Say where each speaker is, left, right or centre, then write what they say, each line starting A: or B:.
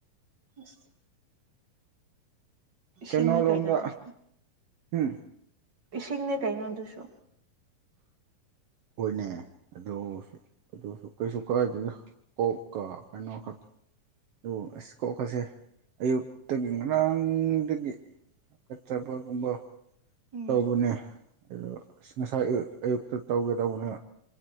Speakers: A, on the right (about 30°); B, on the right (about 60°).
A: ꯏꯁ ꯏꯁꯤꯡꯅꯦ
B: ꯀꯩꯅꯣ ꯂꯣꯝꯗ
A: ꯑꯗꯨꯁꯨ
B: ꯎꯝ
A: ꯏꯁꯤꯡꯅꯦ ꯀꯩꯅꯣ ꯑꯗꯨꯁꯨ
B: ꯍꯣꯏꯅꯦ ꯑꯗꯣ ꯑꯗꯨꯁꯨ ꯀꯩꯁꯨ ꯀꯥꯏꯗꯦꯗ ꯀꯣꯛ ꯀꯥ ꯀꯩꯅꯣ ꯈꯛ ꯑꯗꯨ ꯑꯁ ꯀꯣꯛꯀꯥꯁꯦ ꯑꯌꯨꯛꯇꯥꯒꯤ ꯉꯔꯥꯡꯗꯒꯤ ꯍꯥꯒꯠꯆꯥꯕꯒꯨꯝꯕ
A: ꯎꯝ
B: ꯇꯧꯕꯅꯦ ꯑꯁ ꯉꯁꯥꯏ ꯑꯌꯨꯛꯇꯥ ꯇꯧꯒꯦ ꯇꯧꯕꯅꯦ